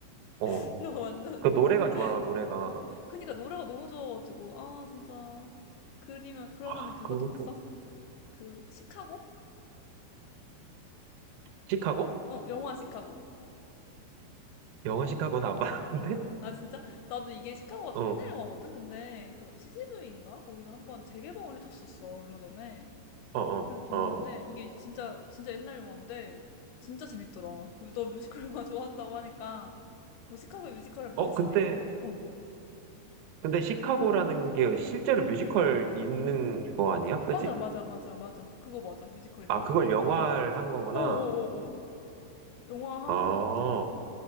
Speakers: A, on the right; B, on the left.
A: 어.
B: <laughs> 나 완전,
A: 그 노래가 좋아, 노래가.
B: 어. 그니까 노래가 너무 좋아가지고, 아, 진짜. 그리면, 그러면은
A: 아,
B: 그것도
A: 그것도.
B: 봤어? 그, 시카고?
A: 시카고?
B: 어, 영화 시카고.
A: 영화 시카고는 안 봤는데? <laughs>
B: 아, 진짜? 나도 이게 시카고가
A: 어,
B: 좀 옛날 영화거든? 근데 그 CGV인가? 거기서 한번 재개봉을 해줬었어, 얼마 전에.
A: 어, 어,
B: 그래서 봤는데,
A: 어.
B: 이게 진짜, 진짜 옛날 영화인데, 진짜 재밌더라. 그리고 너 뮤지컬 영화 <laughs> 좋아한다고 하니까, 뭐 시카고 뮤지컬을 봤을
A: 어,
B: 수도
A: 근데,
B: 있는데, 어.
A: 근데 시카고라는 게 실제로 뮤지컬 있는 거 아니야? 그지?
B: 맞아, 맞아, 맞아, 맞아. 그거 맞아. 뮤지컬 있는
A: 아, 그걸
B: 거.
A: 영화를 한 거구나.
B: 오오오오. 영화
A: 아,
B: 한 거 같아.